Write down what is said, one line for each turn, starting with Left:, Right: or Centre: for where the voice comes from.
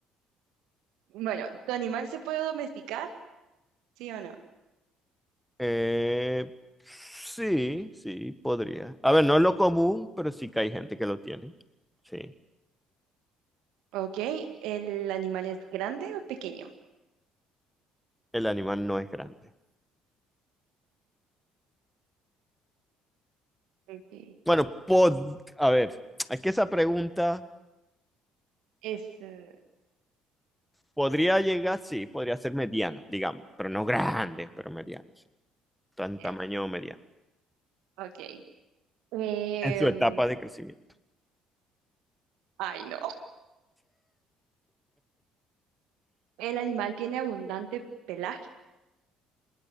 Right: Bueno, ¿tu animal se puede domesticar? ¿Sí o no?
Centre: Eh, sí, sí, podría. A ver, no es lo común, pero sí que hay gente que lo tiene. Sí,
Right: Ok, ¿el animal es grande o pequeño?
Centre: el animal no es grande.
Right: Ok,
Centre: Bueno, pod- a ver, es que esa pregunta
Right: es... eh,
Centre: podría llegar, sí, podría ser mediano, digamos, pero no grande, pero mediano, sí. Tan
Right: bien,
Centre: tamaño mediano.
Right: ok. Em,
Centre: En su etapa de crecimiento.
Right: ay, no. ¿El animal tiene abundante pelaje?